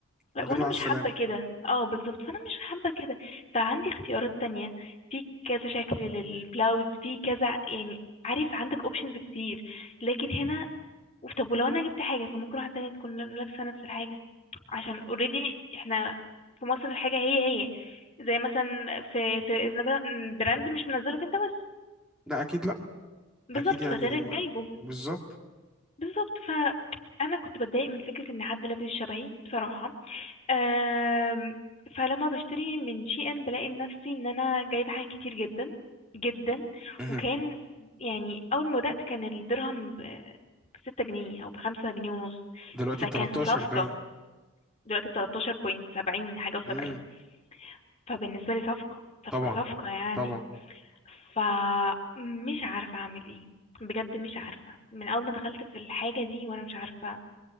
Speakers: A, on the left (about 30°); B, in the centre.
A: لا،
B: الحمد
A: وانا
B: لله
A: مش
B: على السلامة
A: حابة كده اه بالظبط فانا مش حابة كده فعندي اختيارات تانية في كذا شكل للبلاوز في كذا يعني عارف عندك اوبشنز كتير لكن هنا طب ولو انا جبت حاجة فممكن واحدة تانية تكون لابسة نفس الحاجة عشان اوريدي احنا في مصر الحاجة هي هي زي مثلا في في براند مش منزلك انت بس
B: لا اكيد لا
A: بالظبط
B: اكيد يعني
A: فغيرك
B: ما...
A: جايبه
B: بالظبط
A: بالظبط فانا كنت بتضايق من فكرة ان حد لابس شبهي بصراحة أم فلما بشتري من شي ان بلاقي نفسي ان انا جايبة حاجات كتير جدا جدا
B: مهم.
A: وكان يعني اول ما بدأت كان الدرهم ب- بستة جنيه او بخمسة جنيه ونص
B: دلوقتي
A: فكان
B: ب 13
A: صفقة
B: باين
A: دلوقتي بتلاتاشر بوينت سبعين حاجة و70
B: امم
A: فبالنسبة لي صفقة صفقة
B: طبعا
A: صفقة يعني
B: طبعا
A: فمش عارفة أعمل إيه بجد مش عارفة من أول ما دخلت في الحاجة دي وأنا مش عارفة